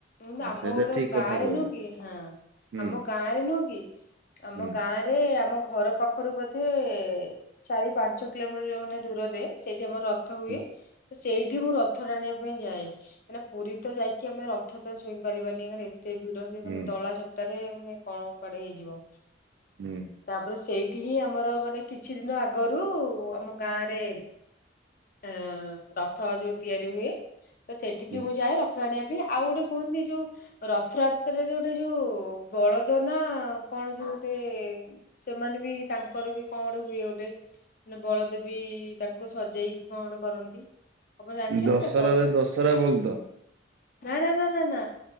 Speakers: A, on the left (about 50°); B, on the right (about 80°).
A: ଉଁ ଆମଘର
B: ସେଇଟା ଠିକ
A: ଗାଁରେ
B: କଥା କହିଲୁ
A: ନୁହଁ କି ହଁ
B: ହୁଁ
A: ଆମ ଗାଁରେ ନୁହଁ କି ଆମ
B: ହୁଁ।
A: ଗାଁରେ ଆରେ ଆମ ଘର ପାଖରୁ ବୋଧେ ଚାରି ପାଞ୍ଚ କିଲୋମିଟର ମାନେ ଦୂରରେ ସେଇଠି ଆମର ରଥ ହୁଏ
B: ହୁଁ
A: ତ ସେଇଠି ମୁଁ ରଥ ଟାଣିବା ପାଇଁ ଯାଏ। କାଇକିନା ପୁରୀ ତ ଯାଇକି ଆମେ ରଥ ତ ଛୁଇଁ ପାରିବାନି କାଇକିନା ଏତେ ଭିଡ। ଜେ
B: ହୁଁ
A: ମାନେ ଦଳା ଚକଟାରେ ମାନେ କଣ କୁଆଡେ ହେଇଯିବ
B: ହୁଁ
A: ତାପରେ ସେଇ ଏଠି ହିଁ ଆମର ମାନେ କିଛି ଦିନ ଆଗରୁ ଆମ ଗାଁ ରେ ଅ ରଥ ଯୋଉ ତିଆରି ହୁଏ ତ ସେଠିକି
B: ହୁଁ।
A: ମୁଁ ଯାଏ ରଥ ଥ ଟାଣିବା ପାଇଁ ଆଉ ଗୋଟେ କୁହନ୍ତି ଯୋଉ ରଥଯାତ୍ରାରେ ଗୋଟେ ଯୋଉ ବଳଦ ନା କଣ ଯୋଉ ଗୋଟେ ସେମାନେ ବି ତାଙ୍କର ବି କଣ ଗୋଟେ ହୁଏ ଗୋଟେ ମାନେ ବଳଦେବୀ ତାକୁ ସଜେଇକି କଣ ଗୋଟେ କରନ୍ତି। ଆପଣ ଜାଣିଛନ୍ତି
B: ଦଶରାରେ
A: ନା କଣ?
B: ଦଶରା ବଳଦ।
A: ନା ନା ନା ନା ନା